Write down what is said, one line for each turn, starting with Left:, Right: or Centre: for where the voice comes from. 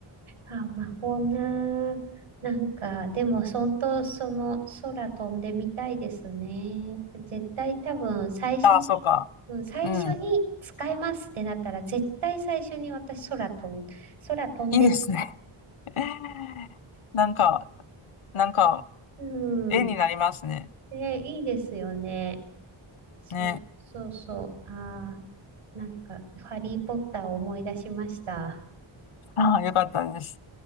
Right: あ、魔法な。なんか、でも、そんと、その、空飛んでみたいですね。絶対多分、最初に、
Left: ああ、そうか。
Right: うん、最初に使えますってなったら、
Left: うん。
Right: 絶対最初に私、空飛ぶ。空飛んで、
Left: いいですね。<laughs> なんか、なんか、
Right: う
Left: 絵になりますね。
Right: ん。え、いいですよね。そう、
Left: ね。
Right: そうそう。ああ、なんか、ハリーポッターを思い出しました。
Left: ああ、よかったです。